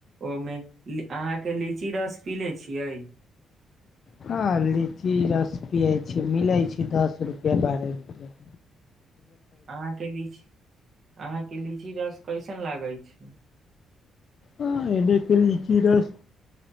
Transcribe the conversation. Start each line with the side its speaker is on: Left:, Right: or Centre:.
Right: ओहिमे अहाँके लीची रस पी ले छियै
Left: हँ लीची रस पियै छीियै मिलै छै दस रुपैआ बारह रुपैआ
Right: अहाँके लीची अहाँके लीची रस कैसे कन लागल छै
Left: ने लीची रस